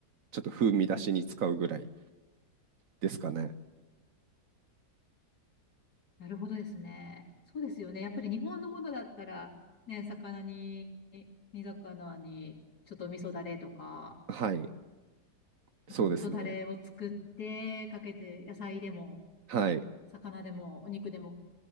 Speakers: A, on the right; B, on the left.
A: ちょっと風味出しに使うぐらいですかね。
B: なるほどですね。そうですよね。やっぱり日本のものだったら、ね、魚に、煮魚に、ちょっと味噌だれとか、
A: はい、
B: なんか味噌だれを作ってかけて、
A: そうですね。
B: 野菜でも、
A: はい。
B: 魚でも、お肉でも